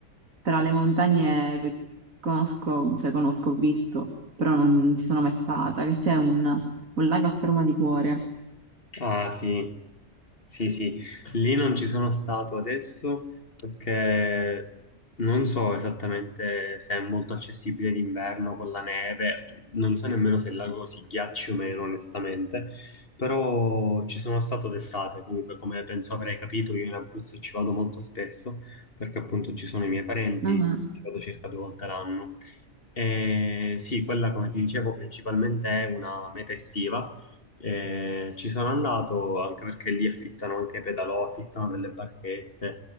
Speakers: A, on the right (about 85°); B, on the left (about 45°).
A: Tra le montagne conosco, cioè conosco, ho visto, però non, non ci sono mai stata, che c'è un, un lago a forma di cuore.
B: Ah sì, Sì, sì, lì non ci sono stato adesso perché non so esattamente se è molto accessibile d'inverno con la neve, non so nemmeno se il lago si ghiacci o meno, onestamente, però ci sono stato d'estate comunque, come penso avrei capito, io in Abruzzo ci vado molto spesso perché appunto ci sono i miei parenti,
A: Ah, ah.
B: quindi ci vado circa due volte l'anno. E sì, quella come ti dicevo principalmente è una meta estiva eh, ci sono andato anche perché lì affittano anche pedalò, affittano delle barchette. Mm.